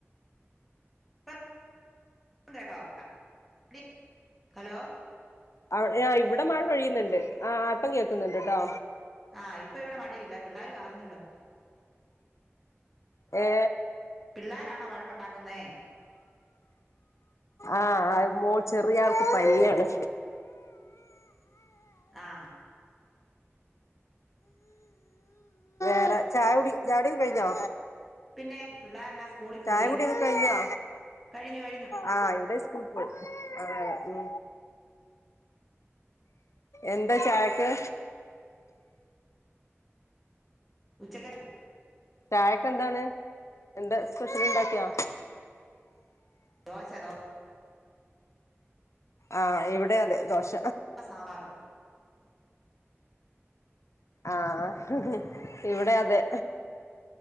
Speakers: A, in the centre; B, on the left.
A: <unintelligible> പ്പം കേക്കാവോ <unintelligible> ഹലോ
B: അവ് യേ ഇവിട മഴ പെയ്യിന്നിണ്ട് ആഹ്‌ ആഹ് ഇപ്പം കേക്ക്‌ന്ന്ണ്ട്ട്ടോ
A: ആഹ് ഇപ്പ ഇവിടെ മഴയില്ല പിള്ളേർ കാറുന്നല്ലോ
B: ഏ
A: പിള്ളേരാണോ വഴക്കുണ്ടാക്കുന്നേ
B: ആഹ് അഹ് മോ ചെറിയ ആൾക്ക് പനിയാണ്
A: ആഹ്
B: വേറെ ചായകുടി ചായുടി ഒക്കെ കഴിഞ്ഞോ
A: പിന്നെ പിള്ളേരെല്ലാം സ്കൂളിൽ
B: ചായ
A: പോയി
B: കുടിയൊക്കെ കഴിഞ്ഞോ
A: കഴിഞ്ഞു കഴിഞ്ഞു
B: ആഹ് ഇവിടെ സ്കൂൾ പോയി ആഹ് ഉം എന്താ ചായക്ക്
A: ഉച്ചക്ക
B: ചായക്കെന്താണ് എന്റെ സ്പെഷ്യൽ ണ്ടാക്ക്യാ
A: ദോശ ദോ
B: ആഹ് ഇവിടേം അതെ ദോശ
A: വ്ടെ സാമ്പാർ
B: ആഹ് ഇവിടേ അതെ